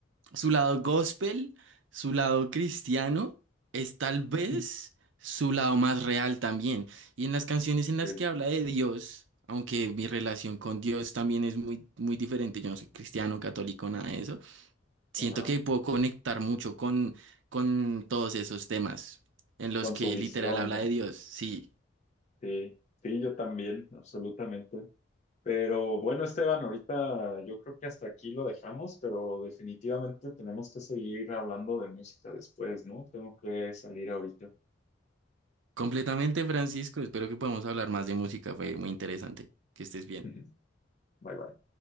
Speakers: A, on the right; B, on the left.
A: su lado gospel, su lado cristiano, es tal vez
B: <laughs>
A: su lado más real también. Y en las canciones en las
B: Sí,
A: que habla de Dios, aunque mi relación con Dios también es muy, muy diferente, yo no soy cristiano, católico, nada de eso, siento
B: ajá,
A: que puedo conectar mucho con, con todos esos temas en los
B: con
A: que
B: su visión,
A: literal habla
B: ¿no?
A: de Dios. Sí,
B: Sí, sí, yo también, absolutamente. Pero bueno, Esteban, ahorita yo creo que hasta aquí lo dejamos, pero definitivamente tenemos que seguir hablando de música después, ¿no? Tengo que salir ahorita.
A: completamente, Francisco, espero que podamos hablar más de música, fue muy interesante, que estés bien.
B: <laughs> Bye bye.